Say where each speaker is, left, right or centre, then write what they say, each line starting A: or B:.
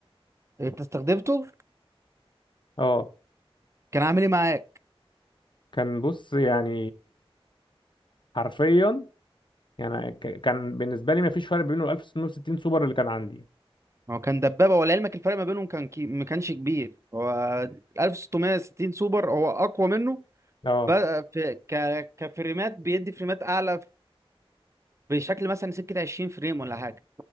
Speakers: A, on the right (about 30°); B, on the left (about 55°).
A: انت استخدمته
B: اه
A: كان عامل ايه معاك
B: كان بص يعني حرفيا يعني ك- كان بالنسبه لي ما فيش فرق بينه 1660 سوبر اللي كان عندي
A: هو كان دبابه ولعلمك الفرق ما بينهم كان كي... ما كانش كبير هو 1660 سوبر هو اقوى منه
B: اه
A: بقى في ك... كفريمات بيدي فريمات اعلى بشكل مثلا سكه 20 فريم ولا حاجه